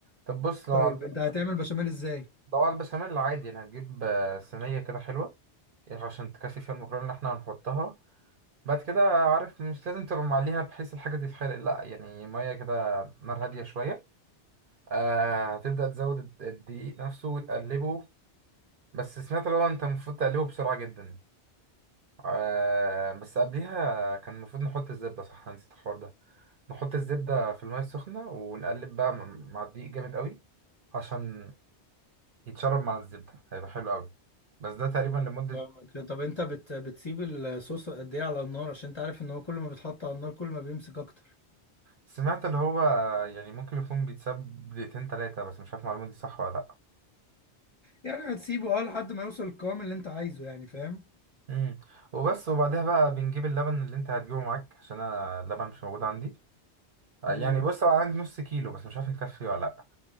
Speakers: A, on the right; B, on the left.
A: طب بص لو
B: طيب
A: على
B: انت هتعمل بشاميل ازاي
A: لو على البشاميل عادي يعني هتجيب آه، صينية كده حلوة يعني عشان تكفي فيها المكرونة اللي احنا هنحطها بعد كده عارف مش لازم تبقى معليها بحيث الحاجة تتحرق لا يعني مية كده نار هادية شوية آه هتبدأ تزود الد- الدقيق نفسه وتقلبه بس سمعت لو انت المفروض تقلبه بسرعة جدا آه بس قبليها كان المفروض نحط الزبدة صح أنا نسيت الحوار ده نحط الزبدة في المية السخنة ونقلب بقى م- مع الدقيق جامد قوي عشان يتشرب مع الزبدة هيبقى حلو قوي بس ده تقريبا لمدة
B: فاهمك طب انت بت بتسيب الصوص قد ايه على النار عشان انت عارف ان هو كل ما بيتحط على النار كل ما بيمسك اكتر
A: سمعت اللي هو يعني ممكن يكون بيتساب دقيقتين تلاتة بس مش عارف المعلومة دي صح ولا لأ
B: يعني هتسيبه اه لحد ما يوصل القوام اللي انت عايزه يعني فاهم
A: امم وبس وبعدها بقى بنجيب اللبن اللي انت هتجيبه معاك عشان انا اللبن مش موجود عندي يعني
B: مم.
A: بص هو عندي نص كيلو بس مش عارف يكفي ولا لا